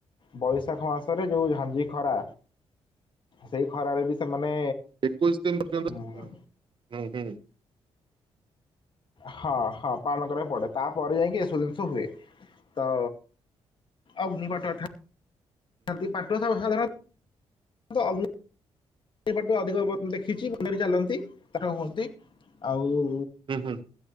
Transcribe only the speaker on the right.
ଏକୋଇଶ ଦିନ ପର୍ଯ୍ୟନ୍ତ
ଥାଏ ଉଁ ହୁଁ
ଉଁ ହୁଁ